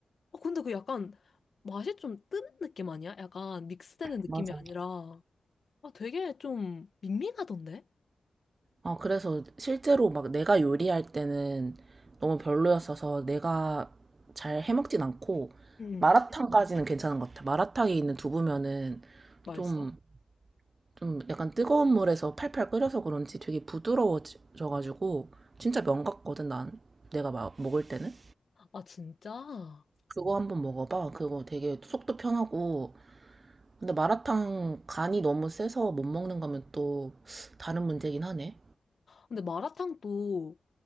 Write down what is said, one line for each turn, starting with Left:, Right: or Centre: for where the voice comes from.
Left: 아 근데 그 약간 맛이 좀 뜨는 느낌 아니야? 약간 믹스되는 느낌이
Right: 맞아.
Left: 아니라 아 되게 좀 밍밍하던데?
Right: 아, 그래서 실제로 막 내가 요리할 때는 너무 별로였어서 내가 잘 해먹진 않고
Left: 응.
Right: 마라탕까지는 괜찮은 것 같아. 마라탕에 있는 두부면은
Left: 맛있어?
Right: 좀, 좀 약간 뜨거운 물에서 팔팔 끓여서 그런지 되게 부드러워져가지고 진짜 면 같거든, 난. 내가 마- 먹을 때는.
Left: 아 진짜?
Right: 그거 한번 먹어봐. 그거 되게 속도 편하고. 근데 마라탕 간이 너무 세서 못 먹는 거면 또 다른 문제긴 하네.
Left: 근데 마라탕도